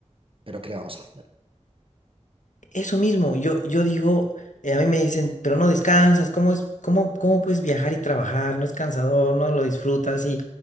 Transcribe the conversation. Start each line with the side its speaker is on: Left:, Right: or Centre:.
Right: pero ¿qué le vamos a hacer?
Left: Eso mismo, yo, yo digo, eh, a mí me dicen, pero no descansas, ¿cómo es, cómo, cómo puedes viajar y trabajar? No es cansador, no lo disfrutas y